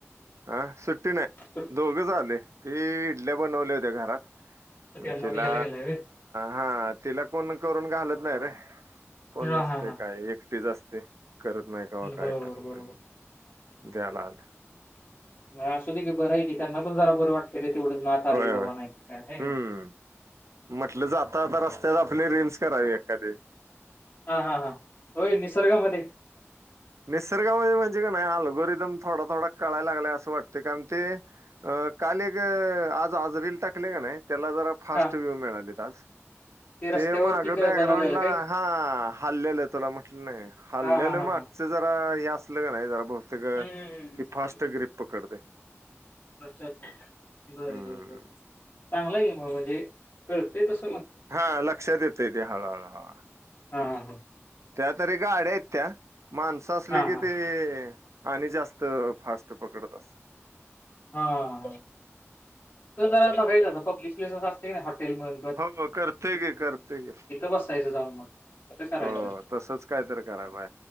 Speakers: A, on the right; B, on the left.
A: अ सुट्टी नाही,
B: सुट-
A: दोघेच आलय ते इडल्या बनवल्या होत्या घरात. म
B: त्यांना
A: तिला...
B: द्यायला गेलाय रे
A: हा तिला कोण करून घालत नाही रे! कोण
B: हा
A: नसते
B: हा हा
A: काय एकटीच असते. करत नाही, कावा काय
B: बरोबर
A: करत
B: बरोबर
A: नाही, मग जयलाल
B: म असू दे की बरं आहे की, त्यांना पण जरा बरं वाट के तेवढंच नाथ
A: होय
B: आलं की बाबावा
A: होय
B: नाही काय आहे का
A: हम्म
B: नाही.
A: म्हटलं जाता जाता रस्त्यात आपले रिल्स करावे एखादे.
B: हा हा हा, होय निसर्गामध्ये.
A: निसर्गामध्ये म्हणजे का नाही, आलूगोरीदम थोडा- थोडा कळायला लागलाय असं वाटते कारण ते अ काल एक आज आज रील टाकले का नाही त्याला जरा फास्ट
B: हां,
A: व्ह्यू मिळालीत आज.
B: <inaudible>
A: ते माग
B: काय
A: बॅकग्राउंड
B: बनवलेलं
A: ला
B: काय?
A: हा हल्लेलं तुला म्हटलं नाही हल्लेलं
B: हां, हां, हां,
A: मग
B: हां.
A: जरा हे असलं नाही जरा बघते
B: हं, हं, हं, हं.
A: ती फास्ट ग्रीप पकडतय.
B: अच्छा, अच्छा! बर
A: हम्म
B: बर बर, चांगला गेम म्हणजे कळते तस.
A: हा लक्षात येते ते हळूहळू हळ
B: हा हा.
A: त्या तरी गाड्या आहेत त्या माणसं असली
B: हां,
A: कि
B: हां.
A: ते आणि जास्त फास्ट पकडत अस
B: हा, तर जराला बघायचं पब्लिक पेस अस असते ना हॉटेल मन
A: हो करते ग, करते ग.
B: बसायचं जाऊन मग. असं करायचं.
A: हो तसच काय तर करा आहे.